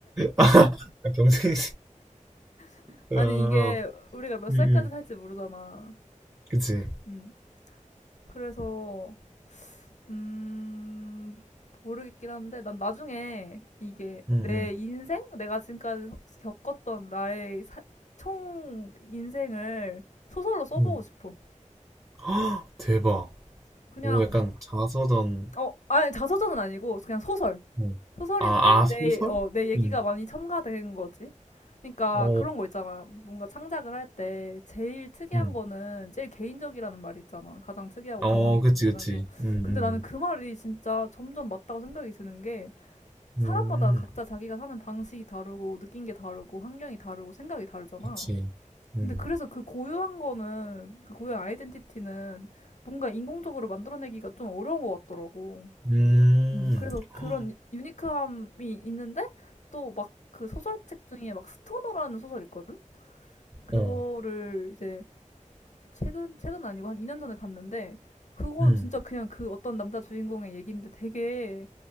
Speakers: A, on the right; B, on the left.
A: <laughs> 아, 경쟁이,
B: <laughs>
A: 아,
B: 아니 이게 우리가 몇 살까지
A: 응, 응.
B: 살지 모르잖아.
A: 그치.
B: 음. 그래서 음 모르겠긴 한데 난 나중에 이게
A: 응,
B: 내
A: 응,
B: 인생 내가 지금까지 서- 겪었던 나의 사- 총 인생을 소설로 써보고
A: 응.
B: 싶어.
A: <gasps> 헉, 대박.
B: 그냥
A: 오, 약간 자서전,
B: 어 아니 자서전은 아니고 그냥 소설.
A: 어.
B: 소설인데
A: 아, 아,
B: 내,
A: 소설?
B: 어, 내 얘기가
A: 응.
B: 많이 첨가된 거지. 그러니까
A: 어,
B: 그런 거 있잖아. 뭔가 창작을 할 때 제일 특이한
A: 응.
B: 거는 제일 개인적이라는 말이 있잖아. 가장 특이하고
A: 어,
B: 개성이 있는
A: 그치,
B: 거는.
A: 그치.
B: 어.
A: 응,
B: 근데
A: 응.
B: 나는 그 말이 진짜 점점 맞다고 생각이 드는 게 사람마다
A: 음,
B: 각자 자기가 사는 방식이 다르고 느낀 게 다르고 환경이 다르고 생각이 다르잖아.
A: 그치. 응
B: 근데 그래서 그 고유한 거는 그 고유한 아이덴티티는 뭔가 인공적으로 만들어내기가 좀 어려운 것 같더라고.
A: 음.
B: 음, 그래서
A: 헉,
B: 그런 유- 유니크함이 있는데 또 막 그 소설책 중에 막 스토너라는 소설 있거든? 그거를
A: 어.
B: 이제 최근 최근 아니고 한 2년 전에 봤는데 그건
A: 음.
B: 진짜 그냥 그 어떤 남자 주인공의 얘기인데 되게